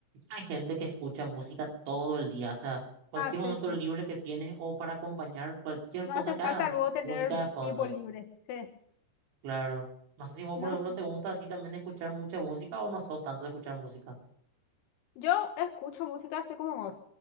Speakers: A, on the right; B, on the left.
A: Hay gente que escucha música todo el día, o sea, cualquier
B: Ah,
A: momento
B: sí, sí.
A: libre que tienes o para acompañar cualquier
B: No
A: cosa
B: hace
A: que
B: falta
A: hagan,
B: luego tener
A: música de fondo,
B: tiempo libre. Sí.
A: claro. No sé si vos, por
B: No,
A: ejemplo,
B: sé.
A: te gusta así también escuchar mucha música o no sos tanto de escuchar música.
B: yo escucho música así como vos.